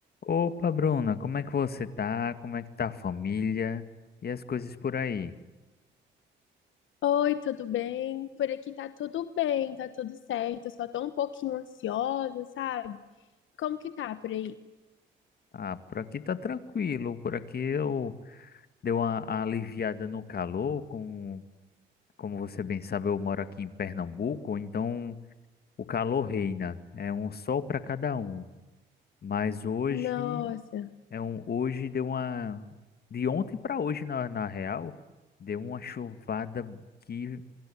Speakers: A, on the left; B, on the left.
A: Opa, Bruna, como é que você tá? Como é que tá a família? E as coisas por aí?
B: Oi, tudo bem? Por aqui tá tudo bem, tá tudo certo. Eu só tô um pouquinho ansiosa, sabe? Como que tá por aí?
A: Ah, por aqui tá tranquilo, por aqui eu dei uma aliviada no calor, com, como você bem sabe, eu moro aqui em Pernambuco, então o calor reina, é um sol para cada um. Mas hoje
B: Nossa,
A: é um hoje deu uma de ontem para hoje na, na real, deu uma chuvada que